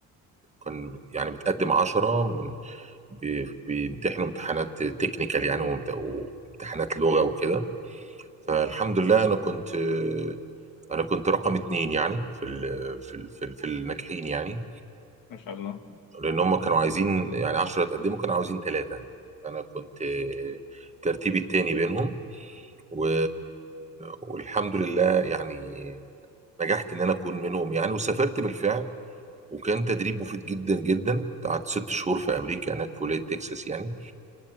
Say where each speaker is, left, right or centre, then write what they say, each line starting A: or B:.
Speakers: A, on the right; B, on the left.
A: كان يعني متقدم عشرة من بي- بيمتحنوا امتحانات تكنيكال يعني وامت- وامتحانات لغة وكده فالحمد لله أنا كنت آه، أنا كنت رقم اتنين يعني في ال في ال في ال- في الناجحين يعني
B: ما شاء الله
A: لان هم كانوا عايزين يعني 10 اتقدموا كانوا عاوزين ثلاثه انا كنت ترتيبي التاني بينهم و... والحمد لله يعني نجحت ان انا اكون منهم يعني وسافرت بالفعل وكان تدريب مفيد جدا جدا قعدت ست شهور في امريكا هناك في ولايه تكساس يعني